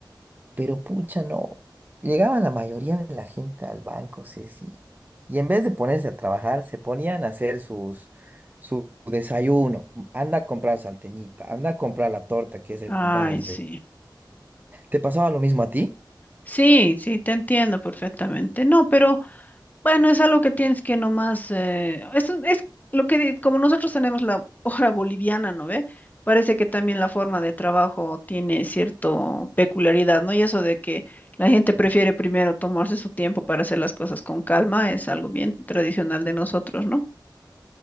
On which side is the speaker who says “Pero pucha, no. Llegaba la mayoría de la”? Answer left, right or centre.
Right